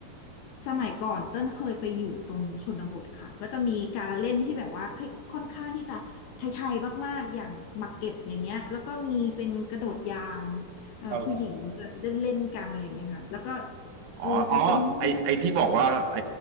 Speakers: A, on the left; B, on the right.
A: สมัยก่อนเต้นเคยไปอยู่ตรงชนบทค่ะก็จะมีการละเล่นที่แบบว่าค่อยค่อนข้างที่จะไทยๆมากๆอย่างหมากเก็บอย่างเงี้ยแล้วก็มีเป็นกระโดดยางอ่าผู้หญิงจะเล่นเล่นกันอะไรอย่างเงี้ยค่ะแล้วก็
B: อ๋อเหรอ อ๋ออ๋อไอไอที่บอกว่าไอ
A: เออจะเป็นอ๋อ